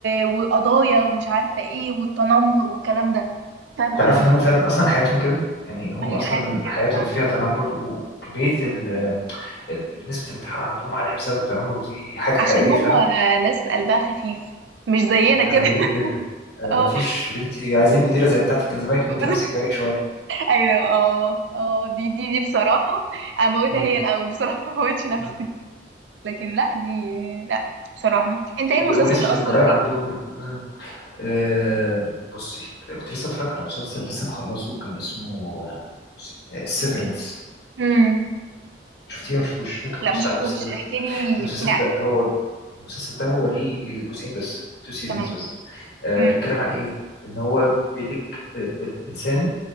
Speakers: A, on the right (about 75°); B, on the left (about 60°).
A: وقضايا ومش عارفه ايه والتنمر والكلام ده فاهم
B: تعرف
A: قصدي
B: ان هم فعلا اصلا حياتهم كده؟ يعني هم
A: ما هي
B: اصلا
A: حياتهم كده
B: حياتهم
A: فعلا
B: فيها تنمر وكمية ال ال- نسبة الانتحار عندهم عالية بسبب التنمر دي حاجة حقيقية
A: عشان هم
B: فعلا
A: ناس قلبها خفيف مش زينا
B: متنمرين
A: كده
B: جدا
A: <laughs>
B: آه، مفيش بنتي عايزين مديرة زي بتاعتك كان زمانك موتي
A: اه
B: نفسك بالك شوية
A: ايوه اه اه دي دي دي بصراحه اموتها
B: مم.
A: هي الاول بصراحه ما اموتش نفسي
B: مم.
A: لكن لا دي لا بصراحه انت ايه
B: و-
A: المسلسل
B: ونسبة
A: اللي اثر
B: الجرائم
A: فيك
B: عندهم مم. آه، بصي كنت لسه اتفرج على مسلسل لسه مخلصه كان اسمه آه، بصي سيفرنس
A: امم
B: شفتيه ولا مشفتوش ممكن تبص
A: لا ما شفتوش
B: عليه بص دلوقتي
A: احكي
B: كده.
A: لي
B: المسلسل
A: احكي لي عنه
B: ده هو المسلسل ده هو ليه جزئين بس تو سيزونز
A: تمام
B: بس آه
A: امم
B: بيتكلم عن ايه ان هو بيقول لك آه، الانسان